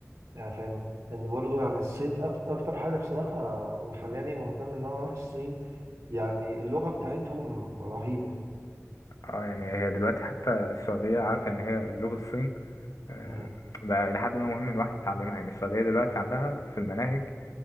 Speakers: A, on the right; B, on the left.
A: يعني فاهم ان برضو يعني الصين أك- اكتر حاجه بصراحه مخلاني مهتم ان انا اروح الصين يعني اللغه بتاعتهم رهيبه
B: اه يعني هي دلوقتي حتى السعودية عارف يعني هي لغة الصين آه،
A: مم.
B: بقى إلى حد ما مهم الواحد يتعلمها يعني السعودية دلوقتي عندها في المناهج